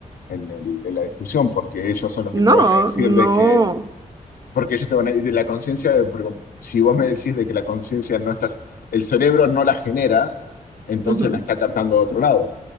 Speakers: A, on the left (about 85°); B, on the right (about 25°).
A: en el- en la discusión, porque ellos son los que te
B: No,
A: van a decir
B: no.
A: de que, porque ellos te van a decir de la conciencia, de- porque si vos me decís de que la conciencia no estás, el cerebro no la genera, entonces
B: Ujú.
A: la está captando de otro lado.